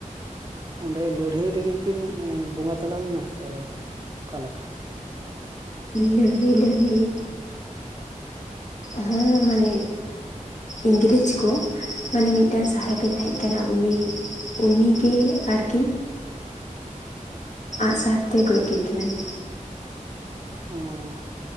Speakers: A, on the right; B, on the left.
A: ᱚᱸᱰᱮ ᱞᱟᱹᱲᱦᱟᱹᱭ ᱨᱮᱜᱮ ᱠᱤᱱ ᱵᱚᱸᱜᱟ ᱛᱟᱞᱟ ᱞᱮᱱᱟ ᱥᱮ ᱚᱠᱟ ᱞᱮᱠᱟ
B: ᱞᱟᱹᱲᱦᱟᱹᱭ ᱞᱟᱹᱲᱦᱟᱹᱭ ᱦᱚᱸ ᱢᱟᱱᱮ ᱤᱝᱨᱮᱡᱽ ᱠᱚ ᱢᱟᱱᱮ ᱢᱤᱫᱴᱟᱱ ᱥᱟᱦᱮᱵᱮ ᱛᱟᱦᱮᱸ ᱠᱟᱱᱟ ᱩᱱᱤ ᱩᱱᱤᱜᱮ ᱟᱨᱠᱤ ᱟᱸᱜ ᱥᱟᱨᱛᱮ ᱜᱚᱡ ᱠᱮᱫ ᱠᱤᱱᱟᱹᱭ
A: ᱚ <inaudible>